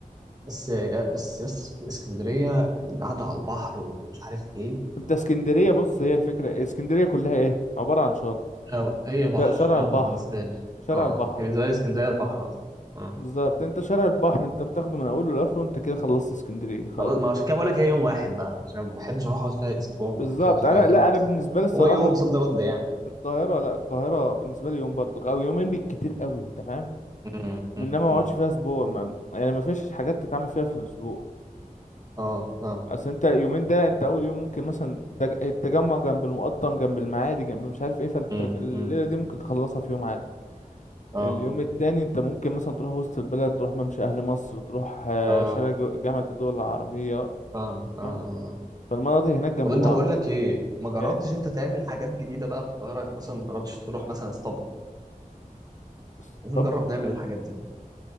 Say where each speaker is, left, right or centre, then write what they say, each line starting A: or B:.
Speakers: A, on the right; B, on the left.
A: بس بس يا اسطى اسكندريه القعده على البحر ومش عارف ايه
B: انت اسكندريه بص هي الفكره اسكندريه كلها ايه عباره عن شط
A: آه، هي بحر
B: ش- شارع
A: اه
B: البحر
A: بالنسبه لي
B: شارع
A: اه
B: البحر
A: هي بالنسبه لي اسكندريه البحر اصلا
B: بالظبط انت شارع البحر انت بتاخده من اوله لاخره انت كده خلصت اسكندريه خلاص
A: خلاص ما عشان كده بقول لك هي يوم واحد بقى عشان ما بحبش اروح اقعد فيها اسبوع وما
B: بالظبط
A: بحبش اروح
B: انا
A: فيها كام
B: لا
A: يوم.
B: انا بالنسبه لي الصراحه
A: هو يوم صد رد يعني
B: القاهره لا القاهره بالنسبه لي يوم برضك او يومين بالكتير قوي انت فاهم
A: مم،
B: انما
A: مم،
B: ما
A: مم،
B: اقعدش فيها اسبوع ما يعني ما فيش حاجات تتعمل فيها في الاسبوع
A: اه فاهم
B: اصل انت يومين ده انت اول يوم ممكن مثلا التج- التجمع جنب المقطم جنب المعادي جنب مش عارف ايه فانت
A: امم
B: الليله
A: أمم.
B: دي ممكن تخلصها في يوم عادي
A: اه
B: اليوم التاني انت ممكن مثلا تروح وسط البلد تروح ممشى اهل مصر تروح آه،
A: اه
B: شارع جو- جامعه الدول العربيه
A: فاهم اه
B: فاهم
A: اه اه
B: فالمناطق هناك جنب
A: طب انت
B: بعض
A: بقول لك ايه ما جربتش
B: ايه
A: انت تعمل حاجات جديده بقى في القاهره يعني مثلا ما جربتش تروح مثلا اسطبل
B: اسطبل
A: لازم نجرب نعمل الحاجات دي